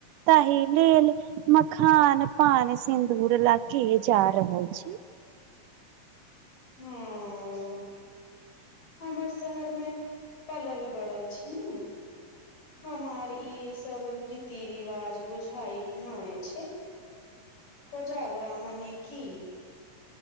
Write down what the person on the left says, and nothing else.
हूं ऽ ऽ हमर शहर मे पलल बड़ल छी ने हमर ई सब रीति रिवाज बुझाइत नहि छै खोजाग्रा मने कि